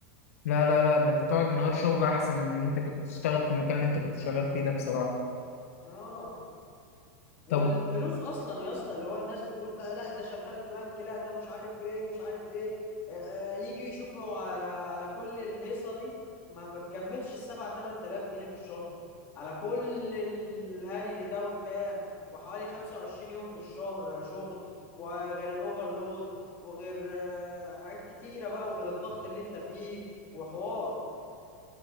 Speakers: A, on the left; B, on the left.
A: لا لا لا ده انت تقعد من غير شغل احسن من ان انت كنت تشتغل في المكان اللي انت كنت شغال فيه ده بصراحة
B: اه والفلوس
A: طب
B: اصلا يا اسطى اللي هو الناس بتقول بقى لا ده شغال في بنك لا ده مش عارف ايه مش عارف ايه آه يجي يشوفوا على على كل الهيصه دي ما بتكملش السبعة تمن تلاف جنيه في الشهر على كل الهري ده وكام وحوالي 25 يوم في الشهر شغل وغير الاوفرلود وغير آه حاجات كتيره بقى وغير الضغط اللي انت فيه وحوار